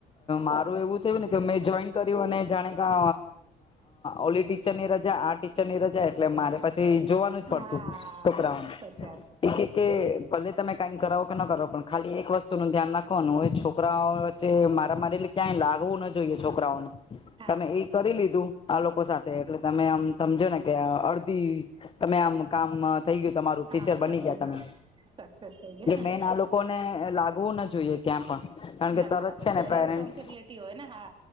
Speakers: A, on the left; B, on the right.
A: મારું એવું થયું ને કે મેં જોઈન કર્યું અને જાણે ક ઓ ટીચર ની રજા આ ટીચરની રજા એટલે મારે પછી જોવાનું
B: છે
A: જ પડતું
B: હા
A: છોકરાઓનું.
B: હા સાચી વાત
A: કે ભલે તમે કઈક કરાવો કે ન કરાવો પણ ખાલી એક વસ્તુ નું ધ્યાન રાખવાનું હોય છોકરાઓ વચ્ચે મારા મારે એટલે ક્યાંય લાગવું ના જોઈએ છોકરાઓને.
B: છે હા
A: તમે એ કરી લીધું આ લોકો સાથે એટલે તમે આમ સમજો ને કે અડધી તમે આમ કામ થ ગયું તમારું
B: હા
A: ટીચર
B: સક્સેસ
A: બની ગયા તમે
B: સક્સેસ થઈ ગયા
A: મેન આ લોકોને લાગવું ના જોઈએ ક્યાં પણ કારણ
B: ના
A: કે
B: બરાબર
A: તરત છે ને
B: રેસ્પોન્સિબિલિટી
A: પેરેન્ટ્સ
B: હોય ને હા